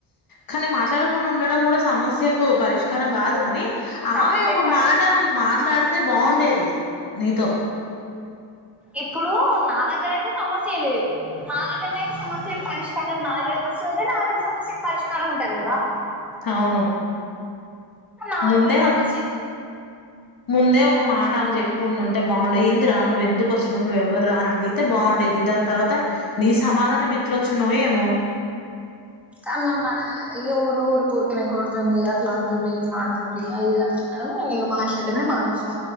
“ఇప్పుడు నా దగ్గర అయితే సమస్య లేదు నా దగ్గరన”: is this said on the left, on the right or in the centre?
Centre